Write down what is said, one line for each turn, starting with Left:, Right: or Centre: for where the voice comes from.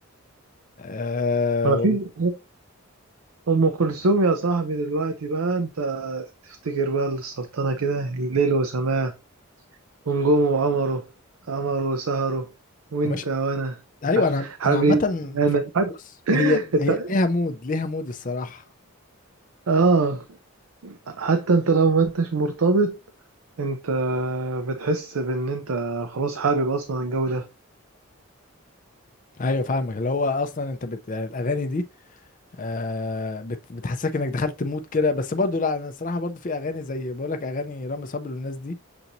Left: آه
Right: ما في
Left: والله
Right: أم كلثوم يا صاحبي دلوقتي بقى أنت تفتكر بقى السلطنة كده الليل وسماه ونجومه وقمره قمره وسهره وانت
Left: مش
Right: وانا
Left: ايوه
Right: ح-
Left: انا
Right: حبيبي
Left: انا عامه
Right: انا
Left: ف... بص هي
Right: حتى
Left: هي ليها مود ليها مود الصراحه
Right: اه حتى انت لو ما انتش مرتبط انت بتحس بان انت خلاص حابب اصلا الجو ده
Left: ايوه فاهمك اللي هو اصلا انت بت... يعني الاغاني دي آه بت... بتحسسك انك دخلت مود كده بس برضو لا انا الصراحه برضو في اغاني زي بقول لك اغاني رامي صبري والناس دي